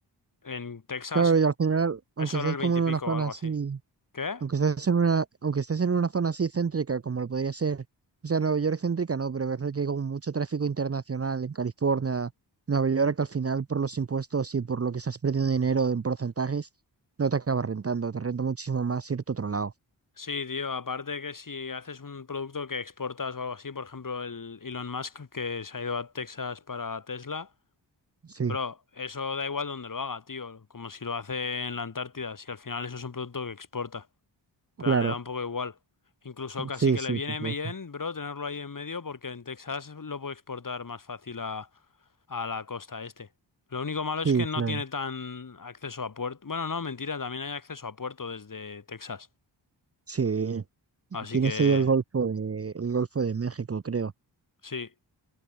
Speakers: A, on the left (about 45°); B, on the right (about 30°).
A: en Texas
B: Claro, y al final, aunque
A: es solo
B: estés
A: el
B: como
A: 20
B: en
A: y pico
B: una zona
A: o algo
B: así,
A: así. ¿Qué?
B: aunque estés en una, aunque estés en una zona así céntrica, como lo podría ser, o sea, Nueva York céntrica no, pero ver que hay como mucho tráfico internacional en California, Nueva York, al final por los impuestos y por lo que estás perdiendo dinero en porcentajes, no te acaba rentando, te renta muchísimo más irte a otro lado.
A: Sí, tío, aparte que si haces un producto que exportas o algo así, por ejemplo, el Elon Musk que se ha ido a Texas para Tesla,
B: Sí,
A: bro, eso da igual donde lo haga, tío, como si lo hace en la Antártida, si al final eso es un producto que exporta,
B: claro.
A: pero le da un poco igual. Incluso casi
B: Sí,
A: que
B: sí,
A: le viene
B: por supuesto.
A: bien, bro, tenerlo ahí en medio porque en Texas lo puede exportar más fácil a, a la costa este. Lo único malo
B: Sí,
A: es que no
B: claro.
A: tiene tan acceso a puerto. Bueno, no, mentira, también hay acceso a puerto desde Texas.
B: Sí.
A: Así
B: Tienes
A: que
B: ahí el Golfo de, el Golfo de México, creo.
A: sí,